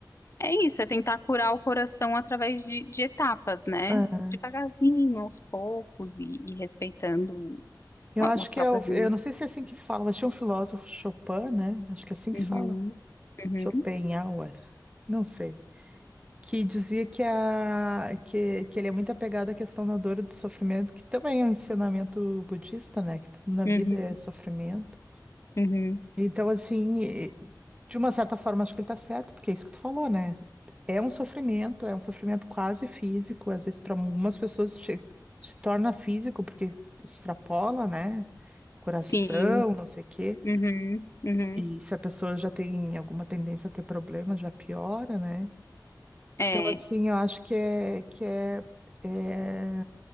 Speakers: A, on the left; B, on the right.
A: É isso, é tentar curar o coração através de, de etapas, né?
B: aham.
A: Devagarzinho, aos poucos e, e respeitando
B: Eu
A: a-
B: acho
A: os
B: que
A: próprios
B: é, o-
A: limites.
B: eu não sei se é assim que fala, mas tinha um filósofo Chopin, né? Acho que é assim que
A: Uhum,
B: se fala.
A: uhum,
B: Schopenhauer, não sei. Que dizia que, a, que, que ele é muito apegado à questão da dor e do sofrimento, que também é um ensinamento budista, né? Que tudo na
A: uhum,
B: vida é sofrimento.
A: uhum.
B: Então, assim, e- de uma certa forma, acho que ele tá certo, porque é isso que tu falou, né? É um sofrimento, é um sofrimento quase físico, às vezes para algumas pessoas che- se torna físico, porque extrapola, né? coração,
A: Sim,
B: não sei o quê.
A: uhum, uhum.
B: E se a pessoa já tem alguma tendência a ter problema, já piora, né?
A: É,
B: Então, assim, eu acho que é, que é, é...